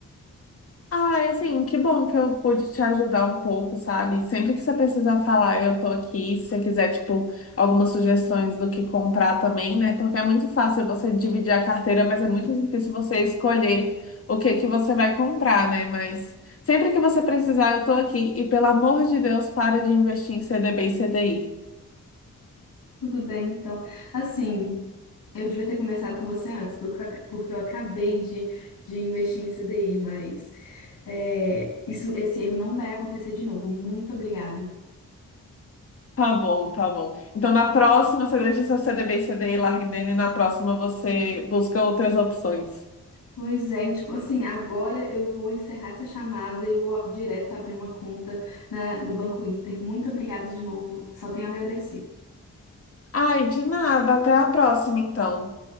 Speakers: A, on the left; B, on the left.
A: Ah, e assim, que bom que eu pude te ajudar um pouco, sabe? Sempre que você precisar falar, eu tô aqui. Se você quiser, tipo, algumas sugestões do que comprar também, né? Porque é muito fácil você dividir a carteira, mas é muito difícil você escolher o que que você vai comprar, né? Mas sempre que você precisar, eu tô aqui. E pelo amor de Deus, para de investir em CDB e CDI.
B: Tudo bem, então. Assim, eu devia ter conversado com você antes, porque eu, aca- porque eu acabei de, de investir em CDI, mas é, isso, esse erro não vai acontecer de novo. Muito obrigada
A: Tá bom, tá bom. Então, na próxima, você deixa o seu CDB e CDI lá rendendo e na próxima você busca outras opções.
B: Pois é, e, tipo assim, agora eu vou encerrar essa chamada e eu vou direto abrir uma conta na- no Banco Inter. Muito obrigada de novo, só tenho a agradecer.
A: Ai, de nada. Até a próxima, então.